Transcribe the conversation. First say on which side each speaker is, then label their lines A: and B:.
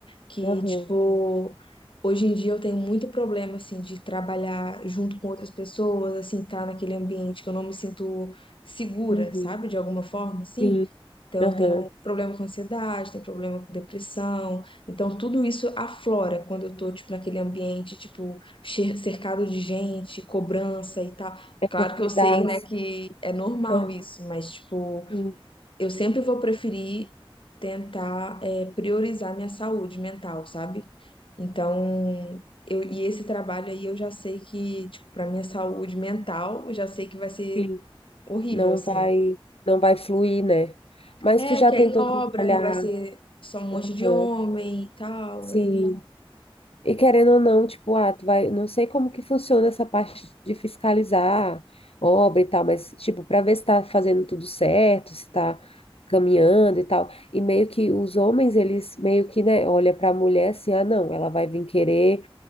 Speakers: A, on the left (about 60°); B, on the left (about 80°).
A: que,
B: Aham.
A: tipo, hoje em dia eu tenho muito problema, assim, de trabalhar junto com outras pessoas, assim, tá naquele ambiente que eu não me sinto segura,
B: Uhum.
A: sabe? De alguma forma, assim.
B: Sim,
A: Então,
B: aham.
A: eu tenho problema com ansiedade, tenho problema com depressão. Então, tudo isso aflora quando eu tô, tipo, naquele ambiente, tipo, che- cercado de gente, cobrança e tal.
B: É porque
A: Claro que eu sei,
B: dá. ansi-
A: né, que é normal
B: Aham,
A: isso, mas, tipo,
B: sim,
A: eu sempre vou preferir tentar, é, priorizar minha saúde mental, sabe? Então, eu, e esse trabalho aí eu já sei que, tipo, pra minha saúde mental, eu já sei que vai ser
B: sim.
A: horrível,
B: Não
A: assim.
B: vai, não vai fluir, né? Mas
A: É,
B: tu já
A: que
B: tentou
A: é em obra,
B: trabalhar.
A: e vai ser só um monte
B: Aham,
A: de homem e tal,
B: sim.
A: aí...
B: E querendo ou não, tipo, ah, tu vai. Não sei como que funciona essa parte de fiscalizar obra e tal, mas, tipo, pra ver se tá fazendo tudo certo, se tá caminhando e tal. E meio que os homens, eles meio que, né, olha pra mulher assim, ah, não, ela vai vir querer.